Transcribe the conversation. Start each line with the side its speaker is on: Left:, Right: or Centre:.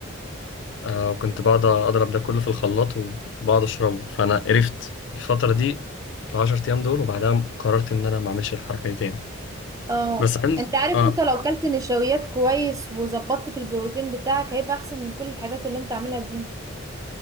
Left: آه وكنت بقعد أضرب ده كله في الخلاط وبقعد أشربه فأنا قرفت الفترة دي العشر أيام دول وبعدها قررت إن أنا ما أعملش الحركة دي تاني
Right: اه
Left: بس عندي
Right: انت عارف
Left: آه
Right: انت لو كلت نشويات كويس وظبطت في البروتين بتاعك هيبقى احسن من كل الحاجات اللي انت عاملها دي